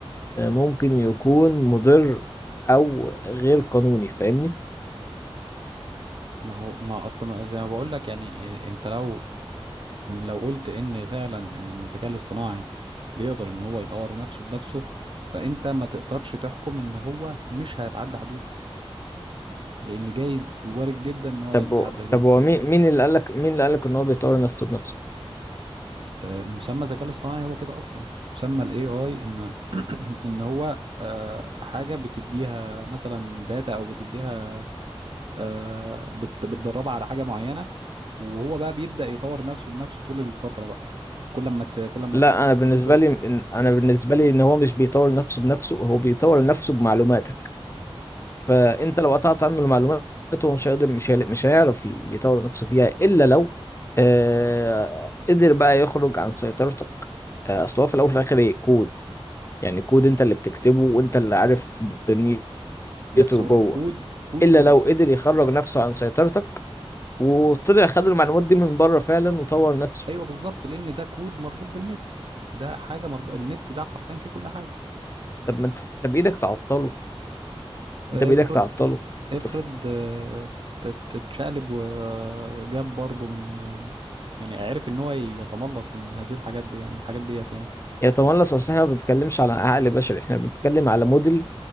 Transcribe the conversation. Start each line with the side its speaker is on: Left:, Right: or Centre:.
Left: ممكن يكون مضر او غير قانوني فاهمني
Right: ما هو ما اصلا زي ما بقول لك يعني انت لو لو قلت ان فعلا إن الذكاء الاصطناعي بيقدر ان هو يطور نفسه بنفسه فانت ما تقدرش تحكم ان هو مش هيتعدى حدوده لان جايز وارد جدا ان هو
Left: طب
Right: يقدر يعدي حدوده
Left: طب هو مين مين اللي قالك مين اللي قالك ان هو بيطور نفسه بنفسه
Right: آه، مسمى الذكاء الاصطناعي هو كده اصلا مسمى الاي اي ان <clears throat> ان هو آه، حاجه بتديها مثلا داتا او بتديها آه، بت- بتدربه على حاجة معينة وهو بقى بيبدأ يطور نفسه بنفسه طول الفترة بقى كل ما ت- كل ما
Left: لا
Right: تخش
Left: انا
Right: تديله
Left: بالنسبه لي إن- انا بالنسبه لي ان هو مش بيطور نفسه بنفسه هو بيطور نفسه بمعلوماتك فانت لو قطعت عنه المعلومات هو مش هيقدر مش هي- مش هيعرف ي- يطور نفسه فيها الا لو آه قدر بقى يخرج عن سيطرتك آه اصل هو في الاول وفي الاخر ايه كود يعني كود انت اللي بتكتبه وانت اللي عارف دنيته
Right: بس
Left: جوه
Right: هو كود كوده
Left: الا
Right: مربوط
Left: لو قدر يخرج نفسه عن سيطرتك وطلع خد المعلومات دي من بره فعلا وطور نفسه
Right: ايوه بالظبط لان ده كود مربوط بالنت ده حاجة مربوط النت ده حرفيا فيه كل حاجة
Left: طب ما انت أنت بايدك تعطله
Right: آه،
Left: انت بايدك
Right: افرض
Left: تعطله
Right: افرض
Left: وطف-
Right: آه، ت- تتشقلب وجاب برضه من آه، يعني عرف ان هو يتملص من هذه الحاجات دي يعني الحاجات ديت يعني
Left: يتملص اصل احنا ما بنتكلمش على عقل بشري احنا بنتكلم على موديل